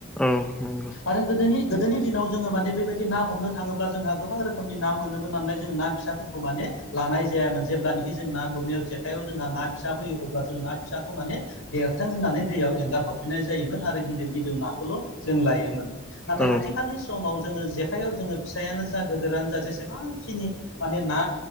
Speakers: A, in the centre; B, on the left.
A: औ नोंगौ।
B: आरो गोदोनि गोदोनि दिनाव जोङो माने बेबायदि ना हमनो थाङोब्ला जोंहा गोबां रोखोमनि ना मोनोमबो नालाय जोङो ना फिसाफोरखौ माने लानाय जायामोन जेब्लानोखि जों ना गुरनायाव जेखाइायाव जोंहा ना फिसा फैयो अब्ला जों ना फिसाखौ माने देरथों होननानै दैयाव एंगार हरफिननाय जायोमोन आरो गिदिर गिदिर नाखौल' जों लायोमोन। नाथाय
A: औ
B: आथिखालनि समाव जोङो जेखाइायाव जोङो फिसायानो जा गदोरानो जा जेसेबांखिनि माने ना